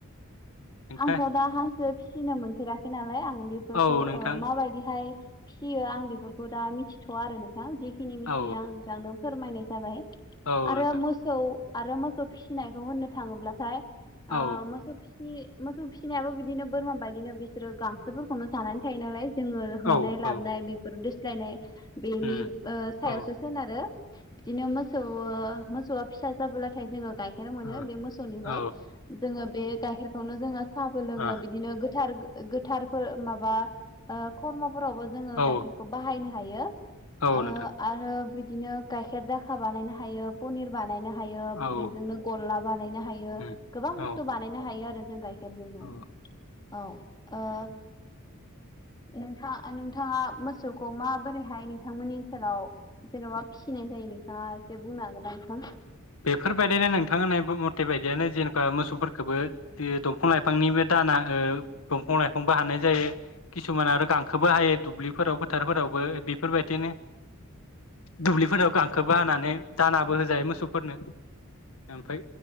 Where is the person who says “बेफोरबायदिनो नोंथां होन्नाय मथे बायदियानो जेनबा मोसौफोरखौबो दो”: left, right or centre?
Left